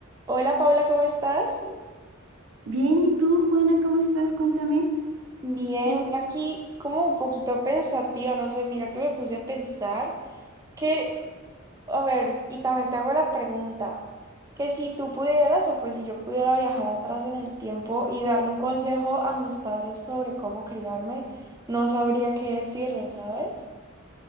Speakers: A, on the right; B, on the right.
A: Hola Paula, ¿cómo estás?
B: Bien, ¿y tú, Juana, cómo estás? Cuéntame,
A: Bien,
B: ¿qué has
A: mira
B: hecho?
A: aquí como un poquito pensativa, no sé, mira que me puse a pensar que, a ver, y también te hago la pregunta, que si tú pudieras o pues si yo pudiera viajar atrás en el tiempo y darle un consejo a mis padres sobre cómo criarme, no sabría qué decirles, ¿sabes?